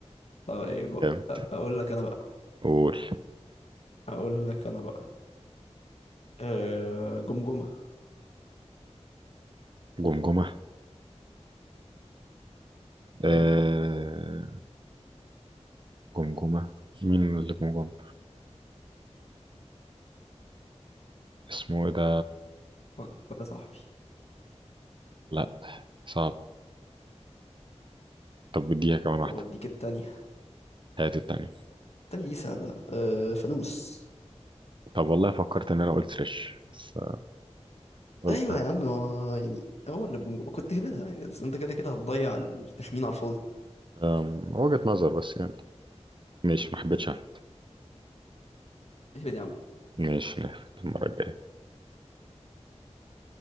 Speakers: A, on the left; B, on the right.
A: طيب أ-
B: جامد
A: اقول لك انا بقى
B: قول
A: اقول لك انا بقى آه جمجمة
B: جمجمة آه
A: مم،
B: جمجمة مين اللي جمجمة اسمه ايه ده
A: فكر يا صاحبي
B: لا صعب طب بديها كمان واحدة
A: طب اديك التانية
B: هات التانية
A: التانية دي سهلة آه فانوس
B: طب والله فكرت ان انا قلت رش بس قلت
A: ايوه يا عم ما يعني هو اللي بجمجمة كنت هبدها يعني بس انت كده كده هتضيع التخمين على الفاضي
B: أم، وجهة نظر بس يعني ماشي ما حبيتش احمد
A: اهبد يا عم
B: ماشي نعرف المرة الجاية